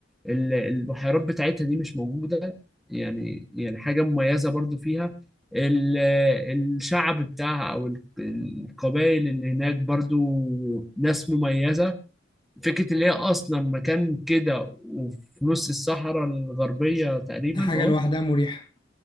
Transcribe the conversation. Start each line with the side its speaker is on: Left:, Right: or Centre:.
Centre: ال- البحيرات بتاعتها دي مش موجودة يعني يعني حاجة مميزة برضو فيها ال- الشعب بتاعها او ال- القبائل اللي هناك برضو ناس مميزة فكرة اللي هي أصلا مكان كده وفي نص الصحراء الغربية تقريبا
Left: دي حاجة
Centre: اه
Left: لوحدها مريحة